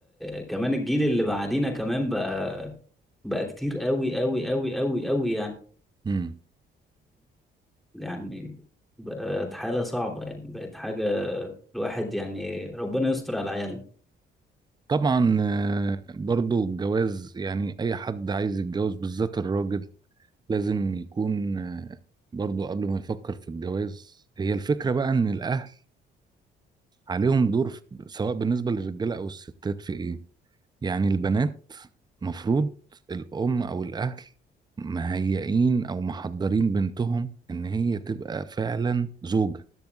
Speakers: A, in the centre; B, on the right.
A: كمان الجيل اللي بعدينا كمان بقى بقى كتير قوي قوي قوي قوي قوي يعني
B: امم
A: يعني بقت حالة صعبة يعني بقت حاجة الواحد يعني ربنا يستر على العيال
B: طبعا آه، برضو الجواز يعني اي حد عايز يتجوز بالذات الراجل لازم يكون آه، برضو قبل ما يفكر في الجواز هي الفكرة بقى ان الاهل عليهم دور في- سواء بالنسبة للرجالة او الستات في ايه يعني البنات مفروض الام او الاهل مهيئين او محضرين بنتهم ان هي تبقى فعلا زوجة